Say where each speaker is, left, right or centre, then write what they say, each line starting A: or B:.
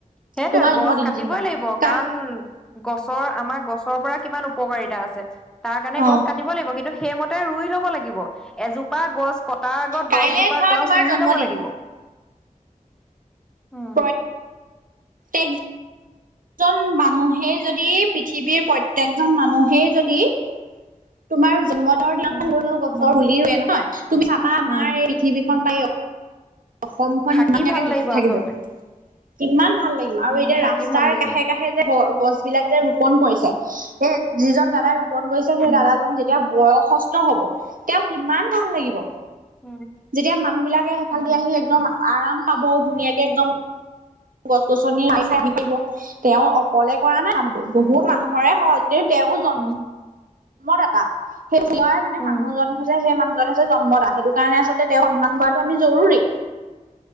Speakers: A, in the centre; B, on the right (about 80°).
A: সেইটোয়ে
B: তোমাৰ জন্মদিন
A: গছ কাটিবই
B: যেনিবা
A: লাগিব কাৰণ
B: কাই
A: গছৰ আমাৰ গছৰ পৰা কিমান উপকাৰিতা আছে তাৰ কাৰণে
B: অ
A: গছ কাটি কাটিব লাগিব কিন্তু সেইমতে ৰুই ল'ব লাগিব এজোপা গছ ক তাৰ আগত
B: কাইলে
A: দহজোপা
B: ধৰা
A: গছ
B: তোমাৰ
A: ৰুই
B: জন্মদিন
A: ল'ব লাগিব। উম
B: প্ৰত্যেক প্ৰত্যেক জন মানুহেই যদি পৃথিৱীৰ প্ৰত্যকজন মানুহেই যদি তোমাৰ জন্মদিনৰ দিনাখন
A: উম
B: গ'লেও গছৰ
A: উম
B: পুলি ৰুৱে নহয় তুমি চাবা আমাৰ
A: উম
B: এই পৃথিৱীখন বা অসমখন
A: থাকি
B: মানে <unintelligible>
A: ভাল লাগিব
B: থাকিব।
A: আচলতে
B: কিমান ভাল লাগিব আৰু
A: উম
B: এতিয়া
A: থাকি
B: ৰাস্তাৰ
A: ভাল লাগিব
B: কাষে- কাষে যে গছ বিলাক যে ৰোপন কৰিছে যিজন দাদাই ৰোপন কৰিছে সেই
A: উম
B: দাদাজন যেতিয়া বয়সস্থ হ'ব তেওঁ কিমান ভাল লাগিব
A: উম
B: যেতিয়া মানুহ বিলাকে সেইফালে
A: উম
B: দি আহি একদম আৰাম পাব ধুনীয়াকে একদম। গছ-গছনি লাই - চাই আহিব তেওঁ মোলে কৰা নাই কামটো বহুত
A: উম
B: মানুহৰে সহজ কিন্তু তেওঁৰ জন্মদাতা।
A: উম
B: সেই হোৱাৰ মানে
A: উম
B: মানুহজন হৈছে সেই মানুহজনে হৈছে জন্মদা, সেইটো কাৰণে আচলতে তেওঁ সন্মান কৰাটো আমি জৰুৰী।